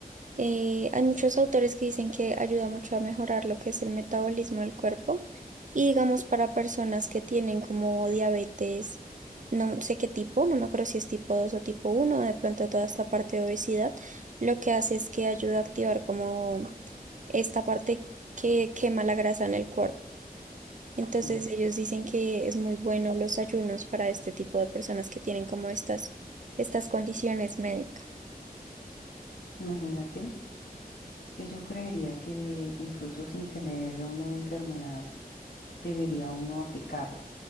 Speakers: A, on the right (about 55°); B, on the left (about 75°).
A: Eh, hay muchos autores que dicen que ayuda mucho a mejorar lo que es el metabolismo del cuerpo y digamos para personas que tienen como diabetes, no sé qué tipo, no me acuerdo si es tipo 2 o tipo uno. de pronto toda esta parte de obesidad, lo que hace es que ayuda a activar como esta parte que quema la grasa en el cuerpo. Entonces
B: Sí,
A: ellos dicen que es muy bueno los ayunos para este tipo de personas que tienen como estas, estas condiciones médicas.
B: imagínate, es que yo creería que de- incluso sin tener una enfermedad debería uno aplicarlo.